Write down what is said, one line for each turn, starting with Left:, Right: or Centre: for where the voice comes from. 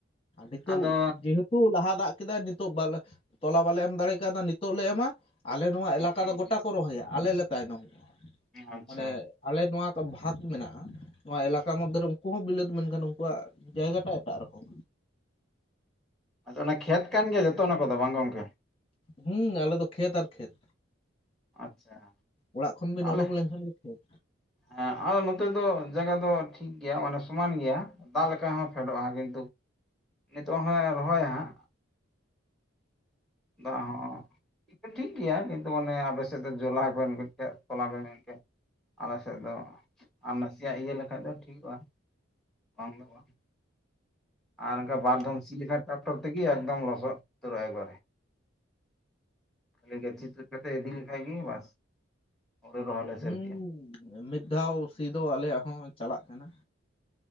Left: ᱟᱨ ᱱᱤᱛᱚᱜ
Centre: ᱟᱫᱚ
Left: ᱡᱮᱦᱮᱛᱩ ᱞᱟᱦᱟ ᱫᱟᱜᱽ ᱠᱮᱫᱟᱭ ᱱᱤᱛᱚᱜ ᱵᱟᱞᱮ ᱛᱚᱞᱟ ᱵᱟᱞᱮ ᱮᱢ ᱫᱟᱲᱮ ᱠᱟᱣᱫᱟ ᱱᱤᱛᱚᱜ ᱞᱮ ᱮᱢᱟ, ᱟᱞᱮ ᱱᱚᱣᱟ
Centre: ᱦᱩᱸ
Left: ᱮᱞᱟᱠᱟ ᱫᱚ ᱜᱚᱴᱟ ᱠᱚ ᱨᱚᱦᱚᱭᱟ ᱟᱞᱮ ᱞᱮ ᱛᱟᱭᱱᱚᱢᱼᱟ
Centre: ᱟᱪᱪᱷᱟ
Left: ᱢᱟᱱᱮ ᱟᱞᱮ ᱱᱚᱣᱟ ᱠᱚ ᱵᱷᱟᱜᱽ ᱢᱮᱱᱟᱜᱼᱟ ᱱᱚᱣᱟ ᱮᱞᱟᱠᱟ
Centre: ᱦᱩᱸ
Left: ᱢᱚᱫᱽᱫᱷᱮᱨᱮ ᱩᱱᱠᱩ ᱦᱚᱸ ᱵᱤᱞᱟᱹᱛ ᱢᱮᱱᱠᱷᱟᱱ ᱩᱱᱠᱩᱣᱟᱜ ᱡᱟᱭᱜᱟᱴᱟ ᱮᱴᱟᱜ ᱨᱚᱠᱚᱢ᱾
Centre: ᱟᱫᱚ ᱚᱱᱟ ᱠᱷᱮᱛ ᱠᱟᱱ ᱜᱮᱭᱟ ᱡᱚᱛᱚ ᱚᱱᱟ ᱠᱚᱫᱚ ᱵᱟᱝ ᱜᱚᱝᱠᱮ,
Left: ᱦᱮᱸ ᱟᱞᱮ ᱫᱚ ᱠᱷᱮᱛ ᱟᱨ ᱠᱷᱮᱛ᱾
Centre: ᱟᱪᱪᱷᱟ᱾
Left: ᱚᱲᱟᱜ ᱠᱷᱚᱱ ᱵᱤᱱ
Centre: ᱟᱞᱮ
Left: ᱩᱰᱩᱠ ᱞᱮᱱᱠᱷᱟᱱ ᱜᱮ ᱠᱷᱮᱛ᱾
Centre: ᱦᱮᱸ ᱟᱫᱚ ᱱᱚᱛᱮ ᱫᱚ ᱡᱟᱭᱜᱟ ᱫᱚ ᱴᱷᱤᱠ ᱜᱮᱭᱟ ᱢᱟᱱᱮ ᱥᱚᱢᱟᱱ ᱜᱮᱭᱟ ᱫᱟᱜ ᱞᱮᱠᱟ ᱦᱚᱸ ᱯᱷᱮᱰᱚᱜᱼᱟ ᱠᱤᱱᱛᱩ, ᱱᱤᱛᱚᱜ ᱦᱚ ᱨᱚᱦᱚᱭᱟ ᱦᱟᱸᱜ᱾ ᱫᱟᱜ ᱦᱚᱸ ᱴᱷᱤᱠ ᱜᱮᱭᱟ ᱠᱤᱱᱛᱩ ᱚᱱᱮ ᱟᱵᱮ ᱥᱮᱫᱛᱮ ᱡᱚᱞᱟ ᱵᱮ ᱛᱚᱞᱟ ᱵᱮᱱ <unintelligible> ᱟᱞᱮ ᱥᱮᱫ ᱫᱚ, ᱟᱨ ᱱᱟᱥᱮᱭᱟᱜ ᱤᱭᱟᱹ ᱞᱮᱠᱷᱟᱡ ᱫᱚ ᱴᱷᱤᱠᱚᱜᱼᱟ ᱵᱟᱝ ᱫᱚ ᱵᱟᱝ᱾ ᱟᱨ ᱚᱱᱠᱟ ᱵᱟᱨ ᱫᱷᱚᱢ ᱥᱤ <unintelligible> ᱴᱨᱟᱠᱴᱚᱨ ᱛᱮᱜᱮ ᱮᱠᱫᱚᱢ ᱞᱚᱥᱚᱫ ᱩᱛᱟᱹᱨᱚᱜᱼᱟ ᱮᱠᱵᱟᱨᱮ᱾ <unintelligible> ᱞᱮ ᱥᱟᱹᱨᱫᱤ
Left: ᱩᱸᱻ
Centre: ᱤᱫᱤᱜᱼᱟ
Left: ᱢᱤᱫ ᱫᱷᱟᱣ ᱥᱤ ᱫᱚ ᱟᱞᱮᱭᱟᱜ ᱦᱚᱸ ᱪᱟᱞᱟᱜ ᱠᱟᱱᱟ